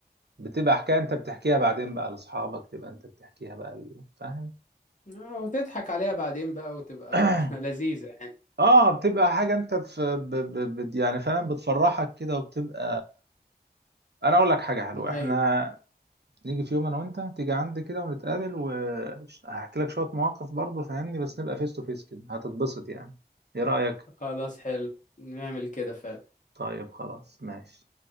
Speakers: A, on the right; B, on the left.
A: بتبقى حكايه انت بتحكيها بعدين بقى لاصحابك تبقى انت بتحكيها بقى ل- فاهم
B: آه، وتضحك عليها بعدين بقى وتبقى
A: <clears throat>
B: <laughs> لذيذة يعني
A: اه بتبقى حاجه انت في ب... ب... ب... يعني فاهم بتفرحك كده وبتبقى انا اقول لك حاجه حلوه
B: ايوه
A: احنا نيجي في يوم انا وانت تيجي عندي كده ونتقابل وهحكي لك شويه مواقف برضه فاهمني بس نبقى فيس تو فيس كده هتتبسط يعني ايه رايك
B: خلاص حلو نعمل كده فعلا
A: طيب خلاص ماشي